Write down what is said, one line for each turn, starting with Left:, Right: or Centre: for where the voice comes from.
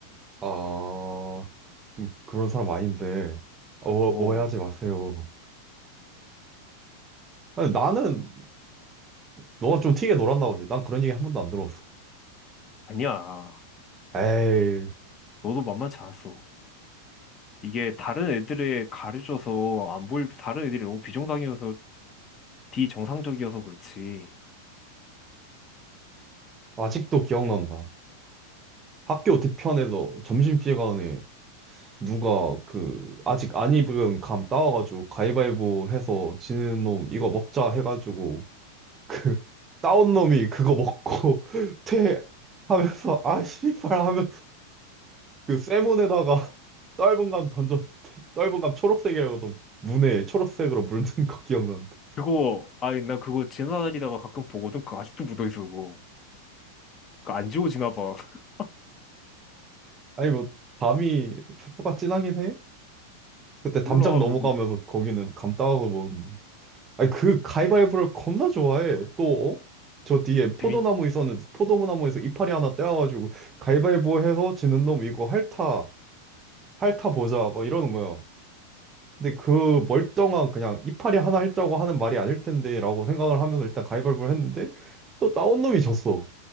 Right: 아, 음, 그런 사람 아닌데, 어, 오해하지
Left: 어,
Right: 마세요. 아니, 나는, 너가 좀 튀게 놀았나 보지. 난 그런 얘기 한 번도 안 들었어.
Left: 아니야.
Right: 에이.
Left: 너도 만만치 않았어. 이게 다른 애들에 가려져서 안 보일 다른 애들이 너무 비정상이어서 비정상적이어서 그렇지.
Right: 아직도 기억난다. 학교 뒤편에서 점심시간에 누가 그 아직 안 입은 감 따와가지고 가위바위보 해서 지는 놈 이거 먹자 해가지고 그 따온 놈이 그거 먹고 <laughs> 퇴 하면서 아 씨발 하면서 그 쇠문에다가 <laughs> 떫은 감 던져 떫은 감 초록색이라고도 문에 초록색으로 물든 거 기억난다.
Left: 그거, 아니, 나 그거 지나다니다가 가끔 보거든? 그거 아직도 묻어있어, 그거. 그거 안 지워지나 봐. <laughs>
Right: 아니 뭐 감이 색소가 진하긴 해? 그때
Left: 몰라,
Right: 담장 넘어가면서
Left: 그거.
Right: 거기는 감 따와서 아니, 그 가위바위보를 겁나 좋아해. 또, 어? 저 뒤에 포도나무
Left: 재밌,
Right: 있었는데, 포도나무에서 이파리 하나 떼어가지고, 가위바위보 해서 지는 놈 이거 핥아, 핥아 보자, 뭐 이러는 거야. 근데 그 멀쩡한 그냥 이파리 하나 핥자고 하는 말이 아닐 텐데, 라고 생각을 하면서 일단 가위바위보를 했는데, 또 따온 놈이 졌어.